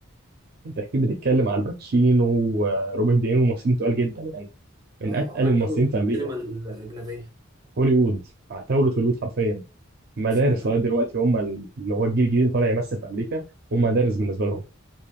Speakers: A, on the right; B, on the right.
A: انت اكيد بتتكلم على الباتشينو وروبرت دينيرو ممثلين تقال جدا يعني من
B: اه
A: اتقل
B: عتاولة
A: الممثلين في امريكا
B: السينما الأجنبية
A: هوليوود عتاولة هوليوود حرفيا مدارس
B: فعلا
A: لغايه دلوقتي هم ال- اللي هو الجيل الجديد اللي طالع يمثل في امريكا هم مدارس بالنسبه لهم